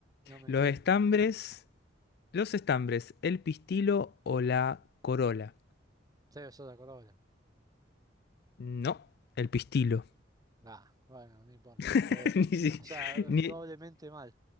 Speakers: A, on the right; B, on the left.
A: no me
B: los
A: quemo.
B: estambres, los estambres, el pistilo o la corola.
A: Debe ser de corona.
B: No, el pistilo.
A: Ah, bueno, no importa.
B: <laughs>
A: Eh,
B: Ni, si-
A: o sea, doblemente
B: ni-
A: mal.